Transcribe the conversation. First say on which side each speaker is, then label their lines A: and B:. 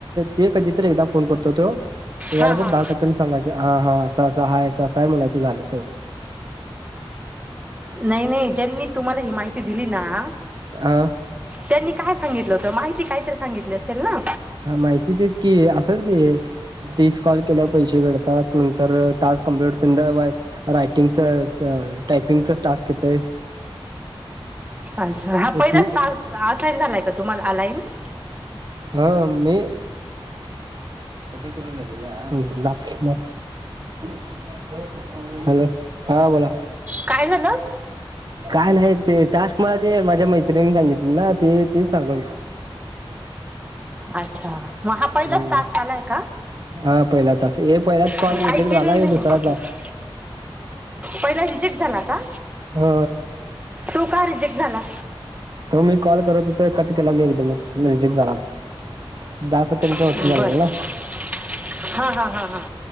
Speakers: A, on the right; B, on the right.
A: ते कधीतरी एकदा फोन करतो तो यार
B: हा हा.
A: पर दहा सकड सागायच हा हा <unintelligible> ससा हाय ससाय म्हणायचं झालं तेव
B: नाही नाही ज्यांनी तुम्हाला ही माहिती दिली ना
A: हा
B: त्यांनी काय सांगितलं? माहिती कायतरी सांगितली असेल ना?
A: हा माहिती तेच की, अस की तीच कॉल केल्या पैसे भेटतात तर टास्क कमप्लीट रायटिंगच टायपिंगच टास्क येतय
B: अच्छा, हा पहिलाच
A: ती
B: टास्क असाईन झालाय का तुम्हाला आलईन्स
A: हा मी <unintelligible> हॅलो हा बोला
B: काय झालं?
A: काय नाही ते? टास्क मला ते माझ्या मैत्रिणीनिने सांगितले ना ते तेच सांग
B: अच्छा मग हा पहिलाच
A: हम्म
B: टास्क आलाय का?
A: हा पहिलाच हे पहिलाच कॉल
B: काही
A: रिटेक्ट
B: केलेलं
A: झाला आहे
B: नाही मी
A: दुसरा
B: त्याच्यात.
A: -
B: पहिला रिजेक्ट झाला का?
A: हो
B: तो का रिजेक्ट झाला?
A: तो मी कॉल करत कट केला मी एकदम नाही <unintelligible> <unintelligible> च्या वरती
B: बरं
A: झालेलं
B: बरं
A: ना
B: हा हा हा हा.